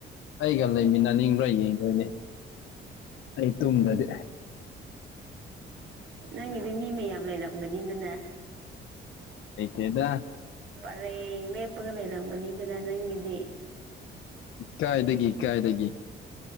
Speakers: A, on the left; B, on the right.
A: ꯑꯩꯒ ꯂꯩꯃꯤꯟꯅꯅꯤꯡꯕ꯭ꯔꯥ ꯌꯦꯡꯗꯣꯏꯅꯦ ꯑꯩ
B: ꯎꯝ
A: ꯇꯨꯝꯗꯗꯤ
B: ꯅꯪꯒꯤꯗꯤ ꯃꯤ ꯃꯌꯥꯝ ꯂꯩꯔꯝꯒꯅꯤꯗꯅꯦ
A: ꯂꯩꯇꯦꯗ
B: ꯄꯔꯦꯡ ꯂꯦꯞꯄꯒ ꯂꯩꯔꯝꯒꯅꯤꯗꯅ ꯅꯪꯒꯤꯗꯤ
A: ꯀꯥꯏꯗꯒꯤ ꯀꯥꯏꯗꯒꯤꯦ